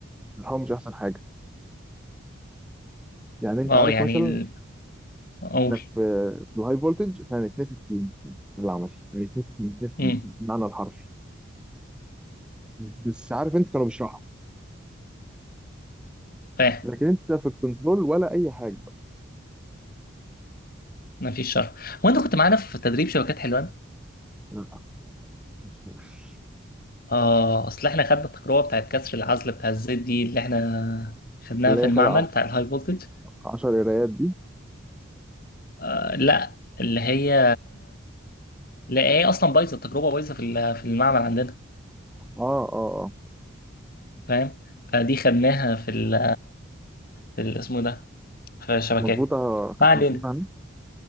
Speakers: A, in the centre; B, on the left (about 45°).
A: الحوار مش أحسن حاجة يعني أنت
B: اه
A: عارف
B: يعني
A: مثلا
B: ال- أقول
A: احنا في في الهاي فولتج فهنتنفخ في في العمل هنتنفخ هنتنفخ
B: امم
A: بالمعنى الحرفي بس عارف انت كانوا بيشرحوا
B: فاهم
A: لكن انت في الكنترول ولا اي حاجه بقى
B: مفيش شر هو أنت كنت معانا في تدريب شبكات حلوان؟
A: لا مفهوش
B: اه أصل إحنا خدنا التجربة بتاعت كسر العزل بتاع الزيت دي اللي إحنا خدناها
A: اللي
B: في
A: هي
B: المعمل
A: خدع
B: بتاع الهاي فولتج
A: العشر قرايات دي
B: آه لا اللي هي لا هي أصلا بايظة التجربة بايظة في ال- في المعمل عندنا
A: اه اه اه
B: فاهم؟ فدي خدناها في ال في ال- اسمه إيه ده في الشبكات
A: مظبوطه
B: ما
A: كانت
B: علينا
A: مظبوطه عندي